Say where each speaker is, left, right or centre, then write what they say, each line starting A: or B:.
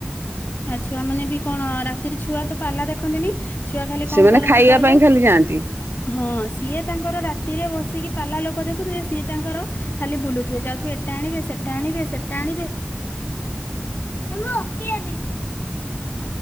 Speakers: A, on the left; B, on the right.
A: ଆ ଛୁଆ ମାନେ ବି କଣ ରାତିରେ ଛୁଆ ତ ପିଲା ଦେଖନ୍ତିନି? ଛୁଆ ଖାଲି କଣ
B: ସେମାନେ
A: କରନ୍ତି
B: ଖାଇବା
A: କହିଲ?
B: ପାଇଁ ଖାଲି ଯାଆନ୍ତି
A: ହଁ ସିଏ ତାଙ୍କର ରାତିରେ ବସିକି ପାଲା ଲୋକ ଦେଖୁଥିବେ ସିଏ ତାଙ୍କର ଖାଲି ବୁଲୁଥୁବେ ଯାଉଥୁବେ ଏଟା ଆଣିବେ ସେଟା ଆଣିବେ ସେଟା ଆଣିବେ। ହେମୋ କିିଏ ବି